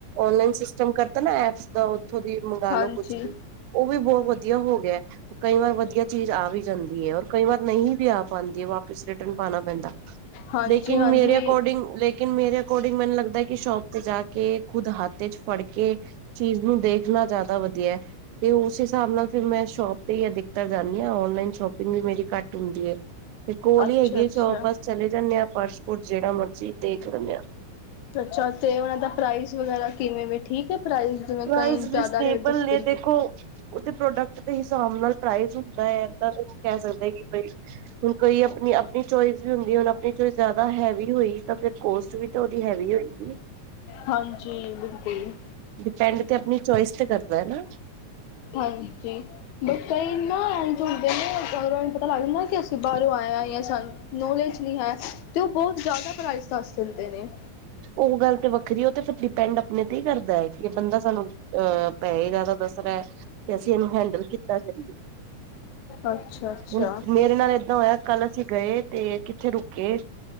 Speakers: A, on the right; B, on the left.
A: ਔਨਲਾਈਨ ਸਿਸਟਮ ਕਰਤਾ ਨਾ ਐਪਸ ਦਾ ਉੱਥੋਂ ਦੀ ਮੰਗ
B: ਹਾਂਜੀ
A: ਲੋ ਕੁਛ ਵੀ ਉਹ ਵੀ ਬਹੁਤ ਵਧੀਆ ਹੋ ਗਿਆ ਕਈ ਵਾਰ ਵਧੀਆ ਚੀਜ਼ ਆ ਵੀ ਜਾਂਦੀ ਹੈ ਔਰ ਕਈ ਵਾਰ ਨਹੀਂ ਵੀ ਆ ਪਾਉਂਦੀ ਹੈ ਵਾਪਿਸ ਰਿਟਰਨ ਪਾਉਣਾ ਪੈਂਦਾ
B: ਹਾਂਜੀ
A: ਲੇਕਿਨ
B: ਹਾਂਜੀ
A: ਮੇਰੇ ਅਕੋਰਡਿੰਗ ਲੇਕ ਮੇਰੇ ਅਕੋਡਿੰ ਮੈਨੂੰ ਲੱਗਦਾ ਕਿ ਸ਼ੋਪ ਜਾ ਕੇ ਖੁਦ ਹਾਥ ਚ ਫੜ ਕੇ ਚੀਜ਼ ਨ ਦੇਖਣਾ ਜਿਆਦਾ ਵਧਆ ਆ ਤੇ ਉਸ ਹਿਸਾਬ ਨਾਲ ਮੈਂ ਸ਼ੋਪ ਤੇ ਅਧਿਕਤਰ ਜਾਂਦੀ ਆ ਓਨਲਾਨ ਸ਼ੋਪਿੰਗ ਵੀ ਮੇਰੀ ਘੱਟ ਹੁੰਦੀ ਆ ਤੇ ਕੋਲ
B: ਅੱਛਾ
A: ਹੀ ਹੈਗੀ
B: ਅੱਛਾ
A: ਆ ਚੋਪ ਬਸ ਚਲੇ ਜਾਂਦੇ ਆਾਂ ਪਰਸ ਪੁਰ ਜਿਹੜਾ ਮ ਜੀ ਦੇਖ ਲੈਂਦੇ ਆ
B: ਅੱਛਾ ਤੇ ਉਹਨਾਂ ਦਾ ਪ੍ਰਾਈਜ਼ ਵਗੈਰਾ ਕਿਵੇਂ ਵੇ ਠੀਕ ਹੈ ਪ੍ਰਾਈਜ਼ ਜਿਵੇਂ
A: ਪ੍ਰਨਬਲ
B: ਕਈ ਜ਼ਿਆਦਾ ਰੇਟ ਦੱਸਦੇ
A: ਨੇ ਦੇਖੋ ਉਹਦੇ ਪ੍ਰੋਡਕਟ ਦੇ ਹਿਸਾਬ ਨਾਲ ਪ੍ਰਜ਼ ਹੁੰਦਾ ਹੈ ਏਦਾਂ ਕੁਛ ਕ ਨਹੀਂ ਸਕਦੇ ਕਿ ਹੁਣ ਕੋਈ ਆਪਣੀ-ਆਪਣੀ ਚੋਇਸ ਵੀ ਹੁੰਦੀ ਹੁਣ ਆਪਣੀ ਚੋਇਸ ਜ਼ਿਆਦਾ ਹੈਵੀ ਹੋਈ ਤਾਂ ਫਿਰ ਕੋਸਟ ਵੀ ਹਾਡੀ ਹੈਵੀ ਹੋਏਗੀ
B: ਹਾਂਜੀ ਬਿਲਕੁਲ
A: ਡਿਪੈਂਡ ਤੇ ਆਪਣੀ ਚੋਇਸ ਤੇ ਕਰਦਾ ਹੈ ਨਾ
B: ਹਾਂਜੀ ਬ ਕਈ ਨਾ ਐ ਤਲਦੇ ਨੇ ਰਾਂ ਨੂੰ ਪਤਾ ਲੱਗਦਾ ਕਿ ਅਸੀਂ ਬਾਹਰੋਂ ਆਏ ਸਾਨੂੰ ਨੌਲੇਜ ਹੈ ਤੇ ਉਹ ਬਹੁਤ ਜ਼ਿਆਦਾ ਪ੍ਰਾਈਜ਼ ਦਾ ਸੁਲਦੇ ਨੇ
A: ਉਹ ਗੱਲ ਤੇ ਵੱਖਰੀ ਹੈ ਉਹ ਤੇ ਫਿਰ ਡਿਪੈਂਡ ਆਪਣੇ ਤੇ ਹੀ ਕਰਦਾ ਹੈ ਕਿ ਬੰਦਾ ਸਾਨੂੰ ਅਹ ਪ ਇਹ ਜ਼ਿਆਦਾ ਦੱਸ ਰਿਹਾ ਕਿ ਅਸੀਂ ਇਹਨੂੰ ਹੈਂਡਲ ਕਿੱਦਾਂ ਕਰੀਏ
B: ਅੱਛਾ ਅੱਛਾ
A: ਹੁਣ ਮੇਰੇ ਨਾਲ ਏਦਾਂ ਹੋਇਆ ਕੱਲ ਅਸੀਂ ਗਏ ਤੇ ਕਿੱਥੇ ਰੁਕੇ